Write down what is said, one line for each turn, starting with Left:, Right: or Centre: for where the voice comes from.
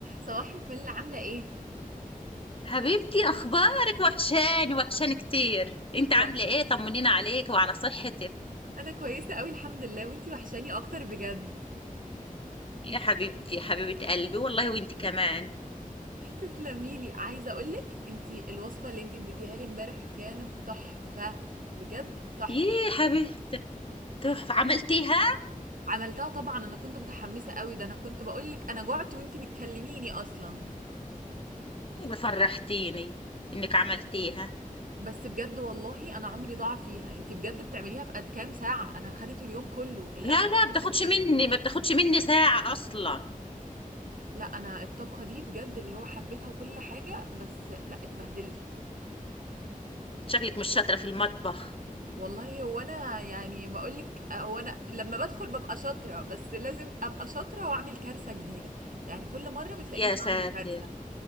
Right: صباح الفل عاملة ايه؟
Left: حبيبتي اخبارك وحشاني وحشاني كتير انت
Right: و-
Left: عامله ايه طمنينا عليك وعلى صحتك
Right: انا كويسة قوي الحمد لله وانتي وحشاني اكتر بجد
Left: يا حبيبتي حبيبه قلبي والله وانت كمان
Right: تسلمي لي عايزة اقولك انتي الوصفة اللي انتي اديتيها لي امبارح كانت تحفة بجد تحفة
Left: ييه حبيبتي تحفه عملتيها
Right: عملتها طبعا انا كنت متحمسة قوي ده انا كنت بقولك انا جعت وانتي بتكلميني اصلا
Left: والله فرحتيني انك عملتيها
Right: بس بجد والله انا عمري ضاع فيها انتي بجد بتعمليها في قد كام ساعة انا خدت اليوم كله الاكل
Left: لا لا
Right: خدت
Left: بتاخدش مني
Right: كله
Left: ما بتاخدش مني ساعه اصلا
Right: لا انا الطبخة دي بجد اللي هو حبيتها وكل حاجة بس لا اتبهدلت
Left: شكلك مش شاطره في المطبخ
Right: والله هو انا يعني بقول لك هو انا لما بدخل ببقى شاطره بس لازم ابقى شاطره واعمل كارثه جديده يعني كل مره بتلاقيني
Left: يا
Right: بعمل
Left: ساتر
Right: كارثه